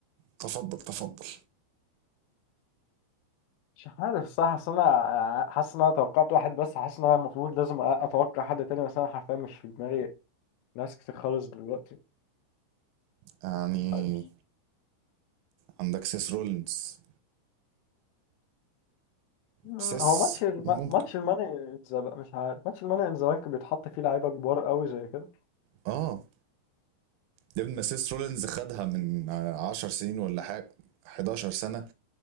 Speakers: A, on the right; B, on the left.
A: تفضل تفضل
B: مش عارف صح اصل انا حاسس ان انا توقعت واحد بس حاسس ان انا المفروض لازم أ- اتوقع حد تاني بس انا حرفيا مش في دماغي ناس كتير خالص دلوقتي
A: يعني
B: مش عارف
A: عندك سيس رولينز
B: آه.
A: سيس
B: هو ماتش الم...
A: ممكن
B: ماتش الماني انزا بقى مش عارف ماتش الماني ان ذا بانك بيتحط فيه لعيبه كبار قوي زي كده
A: اه يا ابني ما سيس رولينز خدها من عشر سنين ولا حاجة 11 سنة